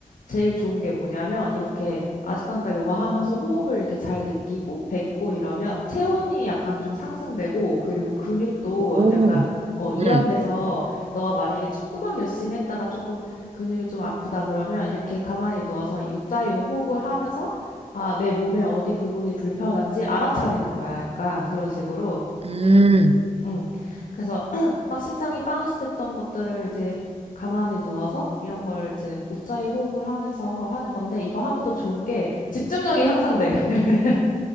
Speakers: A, on the left; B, on the right.
A: 제일 좋은 게 뭐냐면 이렇게 아스탕가 요가 하면서 호흡을 이렇게 잘 느끼고 뱉고 이러면 체온이 약간 좀 상승되고 그리고 근육도
B: 오,
A: 약간 어, 이완돼서
B: 음,
A: 너가 만약에 축구막 열심히 했다가 조금 근육이 좀 아프다 그러면 이렇게 가만히 누워서 이 우짜요 호흡을 하면서 아, 내 몸의 어디 부분이 불편한지 알아차리는 거야. 약간 그런 식으로.
B: 음.
A: 응. 그래서 <clears throat> 막 심장이 바운스 됐던 것들을 이제 가만히 누워서 이런 걸 이제 웃자이 호흡을 하면서 하는 건데 이거 하면 또 좋은 게 집중력이 향상돼. <laughs>